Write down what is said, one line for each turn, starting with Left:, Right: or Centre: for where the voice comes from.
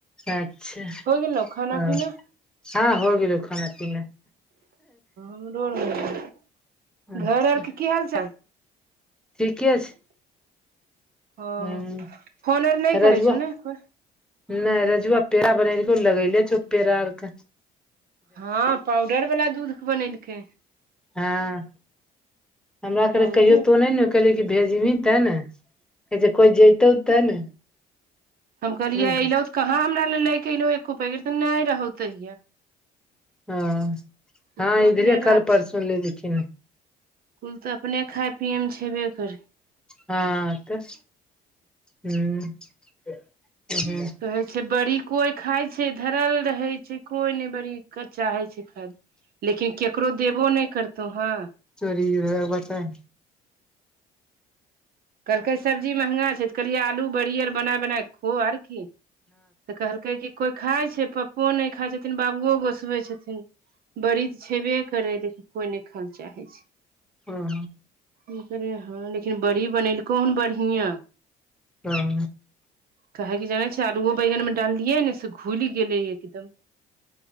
Centre: अच्छा
Right: होय गेलौ खाना
Centre: ह
Right: पीना।
Centre: हँ हो गेलौ खाना पीना।
Right: हमरो डऽर भ गे ऐ,
Centre: अच्छा
Right: घर आर के की हाल चाल?
Centre: ठीके छै,
Right: हँ
Centre: हम्म
Right: फोन आर नहि करै
Centre: रजुआ
Right: छौ ने कोइ
Centre: नहि रजूआ पेरा बनेलकऊ, लगैले छउ पेरा आर क
Right: हँ पाउडर बला दूध क बनेलकै।
Centre: हँ। हमरा कहलक
Right: जानलही
Centre: कहियो तो नहि ने, कहलियै कि भेजबही त ने, कहैछय कोइ जइतौ तऽ ने।
Right: हम कहलियै
Centre: हुनका
Right: अयलऊ त, कहाँ हमरा ले लय क एलहु एको पैकेट, त नहि रहौ तहिया।
Centre: हँ-हँ
Right: तू तऽ
Centre: इधरे
Right: अपने राख
Centre: कल परसो लैलखिनह।
Right: कुल त अपने खाय पियएमे छेबे करै।
Centre: हँऽ तह हम्म हं
Right: कहे छै बड़ी कोई खाय छै, धरल रहे छै कोई ने बड़ी कचाहै छै, खा
Centre: <inaudible>
Right: लेकिन केकरो देबो नहि करतौ हँ।
Centre: चरीर हैं बताइ
Right: कहलकै सब्जी महँंगा छै, त कहलिए आलू बड़ियर बनाए-बनाए खो आर की, तऽ कहलकै कि कोइ खाइ छै, पप्पो नहि खाइ छथिन, बाबुओ गोसबै छथिन। बड़ी तऽ छेबे करै, लेकिन कोई नहि खा लए चाहे छै।
Centre: हँ।
Right: की करे हँ, लेकिन बड़ी बनेलकौ हन बढ़ियां।
Centre: अओ
Right: कहैे के जाने छै, आलुओ बैगन मे डाललियै ने से घुलि गेलै एकदम,